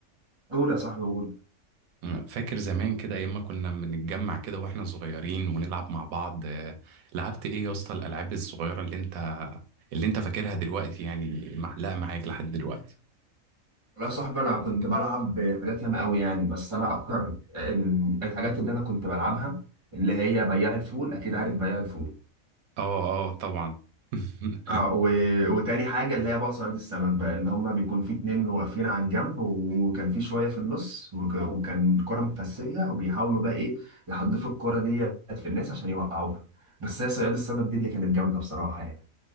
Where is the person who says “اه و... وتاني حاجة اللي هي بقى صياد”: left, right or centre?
Right